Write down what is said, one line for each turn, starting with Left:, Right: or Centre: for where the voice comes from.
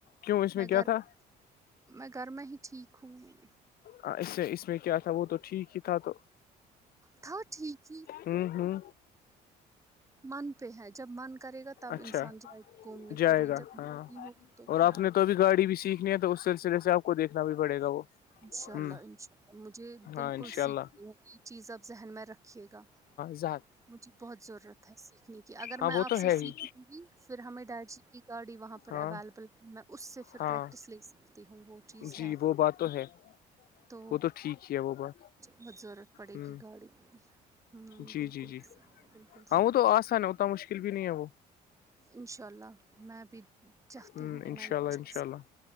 Left: کیوں اس
Right: میں
Left: کیا
Right: گھر
Left: تھا
Right: میں گھر میں ہی ٹھیک ہوںی
Left: ہاں اس میں اس میں کیا تھا وہ تو ٹھیک ہی تھا تو
Right: تھا ٹھیک ہی
Left: ہوں ہوں
Right: من پہ ہے جب من کرے گا تب
Left: اچھا
Right: انسان جائےا گھومنے
Left: جائے
Right: پھرنے
Left: گا
Right: جب م
Left: ہاں
Right: نہیں ہوگا تو
Left: اور
Right: کیا
Left: آپ نے تو ابھی گاڑی بھی سیکھنی ہے تو اس سلسلے سے آ کو دھنا بھی پڑے گا وہ
Right: ان شاء اللہ
Left: ہ
Right: انشاء اللہ مجھے بالکل
Left: ہاں انشاء
Right: سیکھ
Left: اللہ
Right: یہ چیز آپ ذہن میں رکھیے گا
Left: زہک
Right: مجھے بہت ضرورت ہے سیکھنے کی اگر
Left: ہاں
Right: میں
Left: وہ
Right: آپ
Left: تو
Right: سے
Left: ہے
Right: سیکھ
Left: ہی
Right: پھر ہمیں ڈیڈ جی کی گاڑی وہاں پر
Left: ہاں
Right: اویلیبل تھی میں اس سے پھر
Left: ہاں
Right: پریکٹس لے سکتی تی ہوں وہ چیز
Left: جی
Right: ہے،
Left: وہ بات تو ہے
Right: تو
Left: وہ ٹھیک ہی ہے وہ بات
Right: بہت ضرورت پڑے
Left: ہ
Right: گی گاڑی کی ہ
Left: جی
Right: بالکل
Left: جی جی
Right: بالکل
Left: ہاں
Right: صحیح،
Left: وہ تو آسان ہے اتنا مشکل بھی نہیں ہے وہ
Right: انشاء اللہ میں بھی چاہتی
Left: ہ
Right: ہوں کہ
Left: انشاء
Right: میں ایک
Left: اللہ
Right: چیز
Left: انشاء اللہ